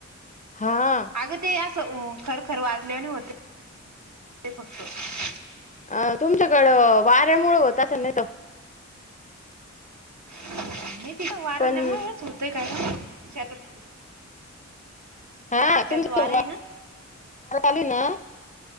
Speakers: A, on the left (about 25°); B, on the right (about 75°).
A: हा.
B: अगं ते असं खर खर वाजल्याने होते <inaudible> फक्त
A: अ तुमच्याकडं वाऱ्यामुळ होत असं नाही तो
B: नाही तिथं वार
A: पण
B: नाही मच होतय काय का शेतात.
A: हा
B: शेतात
A: तुम्चत
B: वार आहे ना
A: आली ना <inaudible>